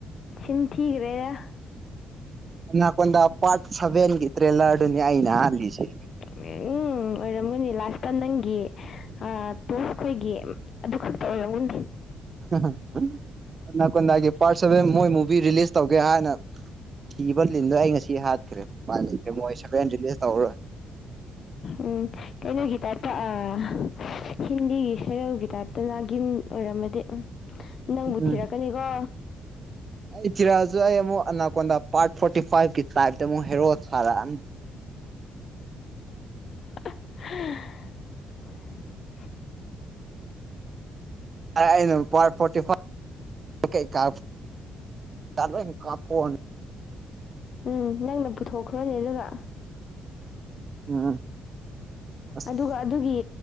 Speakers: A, on the left; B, on the right.
A: ꯆꯤꯟ ꯊꯤꯒꯔꯦꯗ꯫
B: ꯑꯅꯥꯀꯣꯟꯗ ꯄꯥꯔꯠ ꯁꯚꯦꯟꯒꯤ ꯇ꯭ꯔꯦꯂꯔꯗꯨꯅꯤ ꯑꯩꯅ ꯍꯥꯠꯂꯤꯁꯦ꯫
A: ꯎꯝ ꯎꯝ ꯑꯣꯏꯔꯝꯒꯅꯤ ꯂꯥꯁꯇ ꯅꯪꯒꯤ ꯑ ꯇꯣꯁ ꯈꯣꯏꯒꯤ ꯑꯗꯨ ꯈꯛꯇ ꯑꯣꯏꯔꯝꯒꯅꯤ꯫
B: ꯍꯥꯍꯥ ꯑꯅꯥꯀꯣꯟꯗꯥꯒꯤ ꯄꯥꯔꯠ ꯁꯚꯦꯟ ꯃꯣꯏ ꯃꯨꯚꯤ ꯔꯤꯂꯤꯁ ꯇꯧꯒꯦ ꯍꯥꯏꯅ ꯊꯤꯕ ꯂꯤꯟꯗꯣ ꯑꯩ ꯉꯁꯤ ꯍꯥꯠꯈ꯭ꯔꯦ ꯎꯄꯥꯏ ꯂꯩꯇꯔꯦ ꯃꯣꯏ ꯁꯚꯦꯟ ꯔꯤꯂꯤꯁ ꯇꯧꯔꯔꯣꯏ
A: ꯎꯝ ꯀꯩꯅꯣꯒꯤ ꯇꯥꯏꯞꯇ ꯑꯥ ꯍꯤꯟꯗꯤꯒꯤ ꯁꯦꯔꯦꯜꯒꯤ ꯇꯥꯏꯞꯇ ꯅꯥꯒꯤꯟ ꯑꯣꯏꯔꯝꯃꯗꯤ ꯎꯝ ꯅꯪꯕꯨ
B: ꯎꯝ
A: ꯊꯤꯔꯛꯀꯅꯤꯀꯣ
B: ꯑꯩ ꯊꯤꯔꯛꯑꯁꯨ ꯑꯩ ꯑꯃꯨꯛ ꯑꯅꯥꯀꯣꯟꯗ ꯄꯥꯔꯠ ꯐꯣꯔꯇꯤ ꯐꯥꯏꯚꯀꯤ ꯇ꯭ꯔꯥꯢꯕꯇ ꯑꯃꯨꯛ ꯍꯦꯔꯣ ꯁꯥꯔꯛꯑꯅꯤ
A: <unintelligible>
B: ꯑꯩ ꯑꯩꯅ ꯄꯥꯔꯠ ꯐꯣꯔꯇꯤ ꯐꯥꯏꯚ <inaudible> ꯂꯣꯏꯅ ꯀꯥꯞꯊꯣꯛꯑꯅꯤ
A: ꯎꯝ ꯅꯪꯅ ꯄꯨꯊꯣꯛꯈ꯭ꯔꯣꯅꯦ ꯑꯗꯨꯒ
B: ꯎꯝ ꯑꯁ
A: ꯑꯗꯨꯒ ꯑꯗꯨꯒꯤ